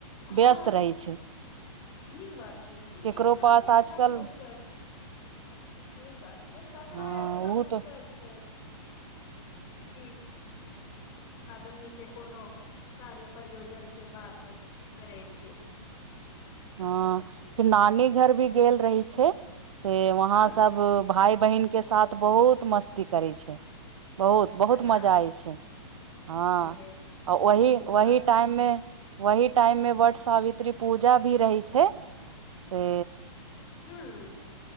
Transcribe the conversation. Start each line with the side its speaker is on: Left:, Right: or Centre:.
Left: हँ
Right: व्यस्त रहै छै
Left: नीक बात छै कि
Right: केकरो
Left: केकरा
Right: पास
Left: के एतना
Right: आजकल
Left: फुर्सत सही बात छै ककरा
Right: हँ
Left: एतना
Right: ओ
Left: फुर्सत
Right: तऽ
Left: छै की आदमीे के कोनो कार्य प्रयोजन के बात करैके
Right: हँ फेर नानी घर भी गेल रहै छै से वहाँ
Left: ह
Right: सब भाइ बहिनके साथ बहुत मस्ती करै छै बहुत बहुत
Left: है न
Right: मजा आय छै हँ
Left: सेहे
Right: आ ओही
Left: नीक
Right: ओही
Left: बात
Right: टाइममे
Left: छै
Right: वही टाइम मे वट सावित्री पूजा भ- भी रहै छै से
Left: हूँ